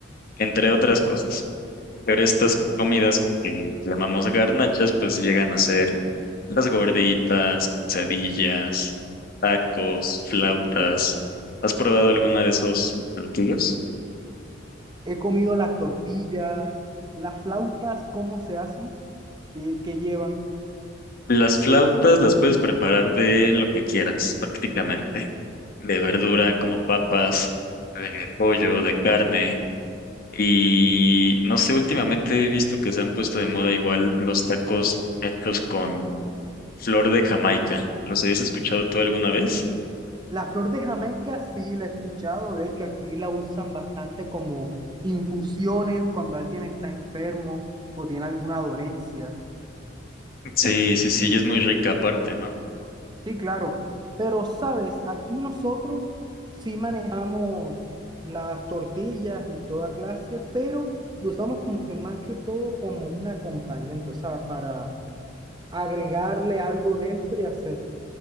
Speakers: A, on the left (about 50°); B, on the right (about 20°).
A: entre otras cosas. Pero estas comidas que llamamos garnachas, pues llegan a ser las gorditas, quesadillas, tacos, flautas. ¿Has probado alguna de esos platillos?
B: He comido las tortillas, las flautas, ¿cómo se hacen? ¿Qué, qué llevan?
A: Las flautas las puedes preparar de lo que quieras, prácticamente. De verdura, como papas, de pollo, de carne. Y no sé, últimamente he visto que se han puesto de moda igual los tacos hechos con flor de Jamaica. ¿Los habías escuchado tú alguna vez?
B: La flor de Jamaica sí la he escuchado. De hecho, aquí la usan bastante como infusiones cuando alguien está enfermo o tiene alguna dolencia.
A: Sí, sí, sí, y es muy rica aparte, ¿no?
B: Sí, claro. Pero, sabes, aquí nosotros sí manejamos las tortillas y toda clase, pero lo usamos como que más que todo como un acompañamiento, o sea, para agregarle algo dentro y hacer,